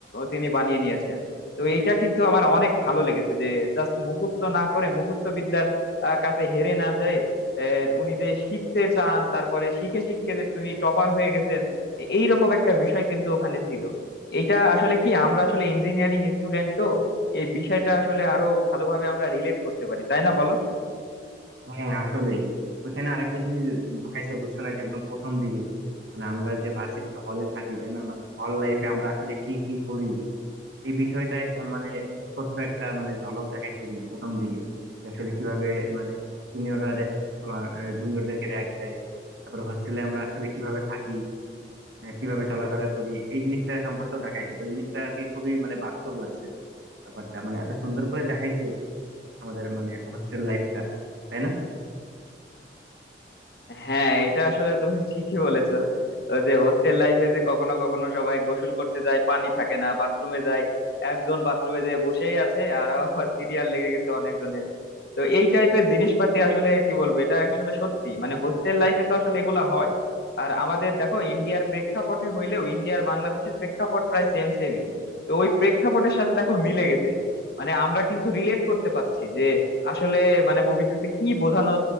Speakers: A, on the left; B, on the right.
A: তিনি বানিয়ে নিয়েছেন তো এইটা কিন্তু আমার অনেক ভালো লেগেছে যে জাস্ট মুখস্থ না করে মুখস্থ বিদ্যার আহ, কাছে হেরে না যায় আহ, উনি যে শিখতে চান তারপরে শিখে শিখে যে তুমি টপার হয়ে গেছেন এই রকম একটা বিষয় কিন্তু ওখানে ছিল এটা আসলে কি আমরা আসলে ইঞ্জিনিয়ারিং স্টুডেন্ট তো এই বিষয়টা আসলে আরো ভালোভাবে আমরা রিলেট করতে পারি তাই না বলো
B: হ্যাঁ আসলেই ওইখানে আরেকটা জিনিস হয়েছে বুঝছো না যে একদম প্রথম দিকে মানে আমরা যে ভার্সিটিতে হলে থাকি তাই না মানে হল লাইফে আমরা আসলে কি কি করি এই বিষয়টা একটা মানে একটা ছোট্ট একটা মানে ঝলক দেখাইছে কিন্তু প্রথম দিকে যে আসলে কিভাবে মানে সিনিয়ররা তোমার জুনিয়রদেরকে র‍্যাগ দেয় তারপর হোস্টেলে আমরা আসলে কিভাবে থাকি আহ, কিভাবে চলাফেরা করি এই জিনিসটা সম্পর্কেও দেখাইছে তো এই জিনিসটা আর কি খুবই মানে বাস্তব লাগছে ব্যাপারটা মানে এত সুন্দর করে দেখাইছে আমাদের মানে হোস্টেল লাইফটা তাই
A: হ্যাঁ এটা আসলে তুমি ঠিকই বলেছো যে হোস্টেল লাইফে যে কখনো কখনো সবাই গোসল করতে যায় পানি থাকে না বাথরুমে যায় একজন বাথরুমে যেয়ে বসেই আছে আর আবার সিরিয়াল লেগে গেছে অনেকজনের তো এই টাইপের জিনিসপাতি আসলে কি বলবো এটা আসলে সত্যি মানে হোস্টেল লাইফে তো আসলে এগুলা হয় আর আমাদের দেখো ইন্ডিয়ার প্রেক্ষাপটে হইলেও ইন্ডিয়ার বাংলাদেশের প্রেক্ষাপট প্রায় সেম সেমই তো ওই প্রেক্ষাপটের সাথে দেখো মিলে গেছে মানে আমরা কিন্তু রিলেট করতে পারছি যে আসলে মানে মুভিটাতে কি বোঝানো